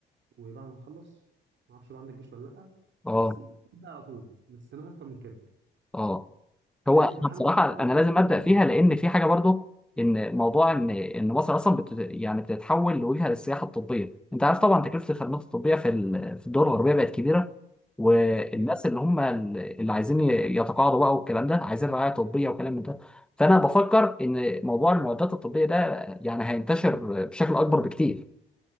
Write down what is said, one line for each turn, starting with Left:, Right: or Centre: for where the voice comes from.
Right: وبعد ما تخلص ما اعرفش بقى عندك جيش ولا لا
Centre: اه
Right: بس ابدا على طول ما تستناش اكتر من كده
Centre: اه هو
Right: لان
Centre: انا
Right: احنا الحمد
Centre: بصراحه
Right: لله المفروض
Centre: انا لازم
Right: الدنيا
Centre: ابدا
Right: مهاجمه
Centre: فيها لان في حاجه برضو ان موضوع ان ان مصر اصلا بت يعني بتتحول لوجهه للسياحه الطبيه انت عارف طبعا تكلفه الخدمات الطبيه في ال- في الدول الغربيه بقت كبيره والناس
Right: بقى
Centre: اللي هم ال- اللي عايزين ي- يتقاعدوا بقى والكلام ده عايزين رعايه طبيه وكلام من ده فانا بفكر ان موضوع المعدات الطبيه ده يعني هينتشر بشكل اكبر بكتير